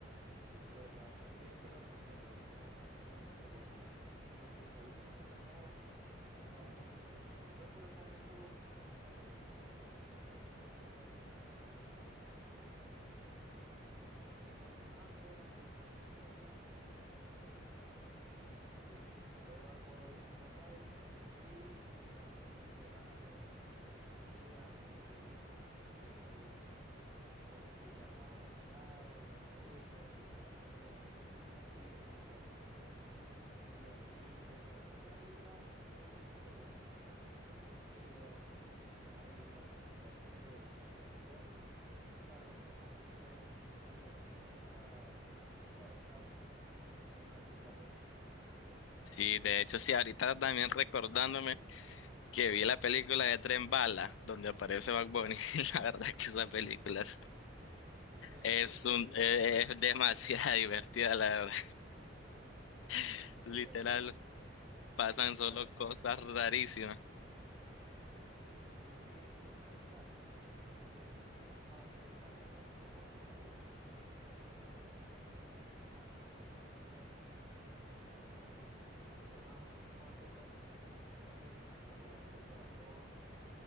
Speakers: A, on the right; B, on the left.
A: Pues la verdad que te lo recomiendo, bro. Son bastante buenas, la verdad. Más bien, la última que sacaron está bastante interesante. Yo por el momento no la he visto, pero la última película de Bad Boys que vi fue Bad Boys. Si no estoy mal, fue Bad Boys for Life, creo. Sí, sí, sí, sí. Fue Bad Boys for Life y digamos, era, fue bastante entretenida porque... Este, como que ya estaban retirados y todo eso, pero ya después les asignan otro caso. Y así, pues la verdad que la película es bastante buena, es bastante entretenida, hay bastante comedia, escenas de acción y pues claro, como siempre, Will Smith nunca, nunca defrauda en, en ninguno de sus papeles.
B: Sí, de hecho, sí, ahorita también recordándome que vi la película de Tren Bala, donde aparece Bad Bunny. <laughs> La verdad que esa película
A: <laughs>
B: es,
A: Es, es cierto,
B: es
A: es cierto,
B: un,
A: es cierto.
B: eh,
A: <laughs>
B: es demasiado <laughs> divertida, la verdad.
A: Mm.
B: <laughs>
A: Es
B: Literal,
A: cierto, es cierto, es cierto.
B: pasan
A: La,
B: solo cosas rarísimas.
A: sí, y es que esa película... Pues, aunque salga Bad Bunny y todo eso, creo que no fue tan popular. No sé si es idea mía o no, no fue tan, tan sonada. Es más que todo, esa película se conoce porque aparece Bad Bunny,